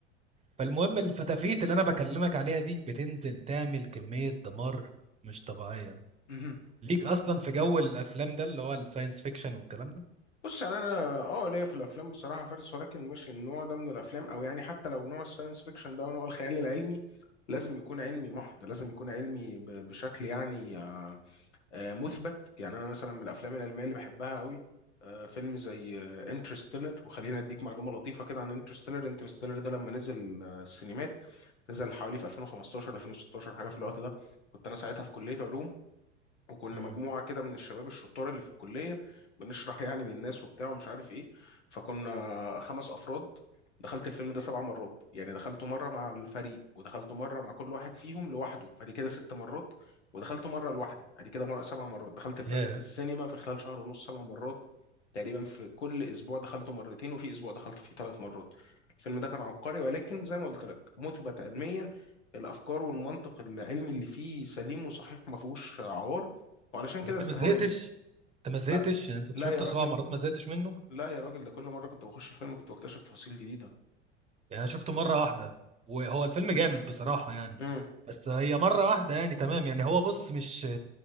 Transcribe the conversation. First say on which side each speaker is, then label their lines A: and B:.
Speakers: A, on the right (about 20°); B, on the left (about 75°).
A: فالمهم الفتافيت اللي انا بكلمك عليها دي بتنزل تعمل كمية دمار مش طبيعية
B: مم.
A: ليك اصلا في جو الافلام ده اللي هو الساينس فيكشن والكلام ده
B: بص يعني انا اه ليا في الافلام بصراحه فارس ولكن مش النوع ده من الافلام او يعني حتى لو نوع الساينس فيكشن ده ونوع الخيال العلمي لازم يكون علمي محض لازم يكون علمي ب- بشكل يعني آه، آه، مثبت يعني انا مثلا من الافلام العلميه اللي بحبها قوي آه، فيلم زي انترستيلر وخلينا اديك معلومه لطيفه كده عن انترستيلر انترستيلر ده لما نزل آه، السينمات نزل حوالي في 2015 2016 حاجه في الوقت ده كنت انا ساعتها في كليه علوم وكنا
A: امم
B: مجموعه كده من الشباب الشطار اللي في الكليه بنشرح يعني للناس وبتاع ومش عارف ايه فكنا خمس افراد دخلت الفيلم ده سبع مرات يعني دخلته مره مع الفريق ودخلته مره مع كل واحد فيهم لوحده فدي كده ست مرات ودخلته مره لوحدي ادي كده مرة سبع مرات دخلت الفيلم
A: ياه
B: في السينما في خلال شهر ونص سبع مرات تقريبا في كل اسبوع دخلته مرتين وفي اسبوع دخلت فيه ثلاث مرات الفيلم ده كان عبقري ولكن زي ما قلت لك مثبت علميا الافكار والمنطق العلمي اللي فيه سليم وصحيح ما فيهوش عوار وعلشان
A: طب
B: كده
A: انت
B: استهواني
A: ما زهقتش انت ما زهقتش
B: لا
A: يعني انت
B: لا
A: شفته
B: يا راجل
A: سبع مرات ما زهقتش منه
B: لا يا راجل ده كل مرة كنت بخش الفيلم كنت بكتشف تفاصيل جديدة
A: يعني انا شفته مره واحده وهو الفيلم جامد بصراحه يعني
B: امم
A: بس هي مره واحده يعني تمام يعني هو بص مش